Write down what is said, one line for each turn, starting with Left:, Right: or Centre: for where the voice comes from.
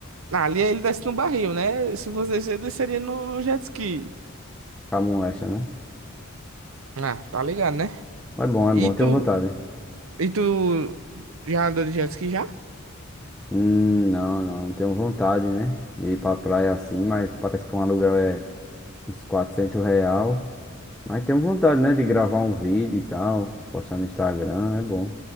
Right: Ah, ali ele desce no barril, né? Se você descer, eu desceria no, no jet ski.
Centre: Camulecha, né?
Right: Ah, tá ligado, né?
Centre: É bom,
Right: E
Centre: é bom.
Right: tu...
Centre: Tenho vontade.
Right: E tu já andou de jet ski já?
Centre: Hum, não, não. Não tenho vontade, né? De ir pra praia assim, mas parece que um aluguel é uns 400 real. Mas tenho vontade, né, de gravar um vídeo e tal, postar no Instagram, é bom.